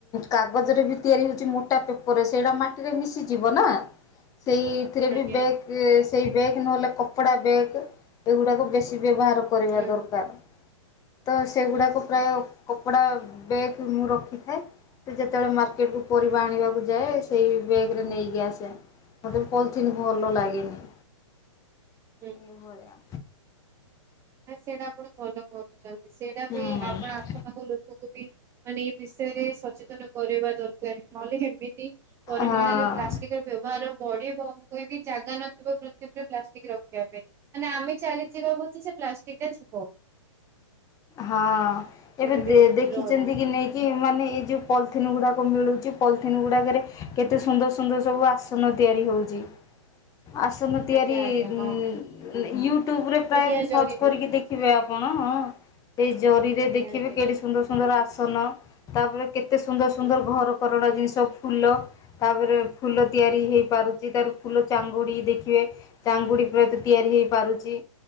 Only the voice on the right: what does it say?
ଆଜ୍ଞା
ହୁଁ।
ହୁଁ,
ହୁଁ,
ଆଜ୍ଞା।
ନା ସେଇଟା ଆପଣ ଭଲ କରୁଛନ୍ତି ସେଇଟା ବି
ଆପଣ ଆଖପାଖ ଲୋକଙ୍କୁ ବି ମାନେ ଏ ବିଷୟରେ ସଚେତନ କରାଇବା ଦରକାର। ନହେଲେ ଏମିତି ପରିମାଣରେ
ପ୍ଲାଷ୍ଟିକ ର ବ୍ୟବହାର ବଢିବ। ହୁଏ ବିି ଜାଗା ନଥିବ ପୃଥୀବିରେ ପ୍ଲାଷ୍ଟିକ ରଖିବା ପାଇଁ ମାନେ ଆମେ ଚାଲିଯିବା ପଛେ ସେ ପ୍ଲାଷ୍ଟିକ୍ ଟା ଥିବ
ସେମିତି
ରହି
ଆଜ୍ଞା
<inaudible>
ଆଜ୍ଞା
ହଁ
ଓଡିଆ
ଜରି
ଆଜ୍ଞା
ଆଜ୍ଞା
ହୁଁ